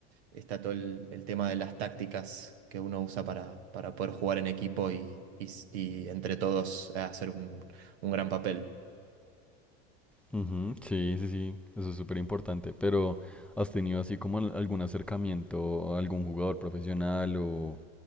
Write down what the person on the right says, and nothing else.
está todo el, el tema de las tácticas que uno usa para, para poder jugar en equipo y, y- y entre todos eh, hacer un un gran papel.